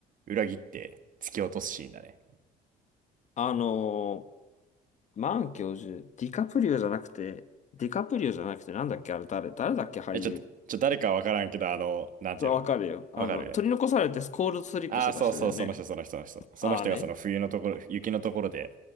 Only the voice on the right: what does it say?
裏切って突き落とすシーンだね。
え、ちょっと、ちょ、誰かわからんけど、あの、なんていうの
わかる
ああー、そうそう、その人、その人、その人。その人がその冬のところ、
雪のところで、